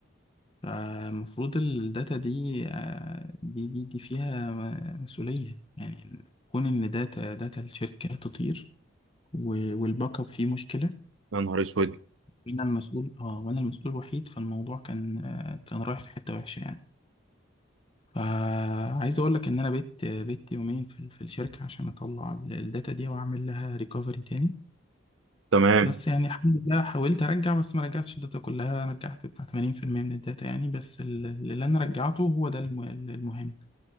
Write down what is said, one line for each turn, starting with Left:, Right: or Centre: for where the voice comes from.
Left: فالمفروض الداتا دي آه، دي دي, دي فيها م- مسؤولية يعني كون إن داتا داتا الشركة تطير و- والباك اب فيه مشكلة
Right: يا نهار اسود
Left: وانا المسؤول اه وانا المسؤول الوحيد فالموضوع كان آه، كان رايح في حتة وحشة يعني فعايز اقول لك ان انا بيت بيت يومين في ال- في الشركة عشان اطلع ال- الداتا دي واعمل لها ريكفري تاني
Right: تمام
Left: بس يعني الحمد لله حاولت ارجع بس ما رجعتش الداتا كلها رجعت بتاع 80% من الداتا يعني بس ال- اللي انا رجعته هو ده الم- المهم